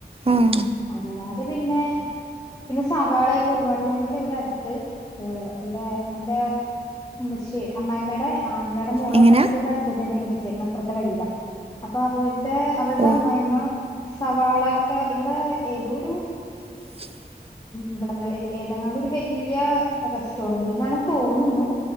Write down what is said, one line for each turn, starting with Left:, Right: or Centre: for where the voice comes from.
Right: ആഹ്
Left: അല്ലാതെ പിന്നെ പിന്നെ സവാളയൊക്കെ ഒരുപാട് ഞങ്ങൾടെ ഇവിടെ അട്ത്ത് ഇവിടെ എന്റെ ഉമ്മച്ചിടെ അമ്മായ്മ്മടെ ആങ്ങളെടെ മോളെ
Right: എങ്ങനാ
Left: ഞങ്ങൾടെ ഇവടെ അടുത്തോട്ട്ന്നെ കെട്ടിച്ചേക്കണ് അപ്പൊറത്തെ വഴീലാ അപ്പ അവര്ടെ അവളുടെ
Right: ഓ
Left: അമ്മായിമ്മ സവാളൊക്കെ ഇവിടെ ഏതോരു
Right: <inaudible>
Left: ഇബടന്ന് ഏതെങ്ങാണ്ടൊരു ബല്ല്യ റെസ്റ്റോറന്റീന്നാണ് തോന്നുന്നു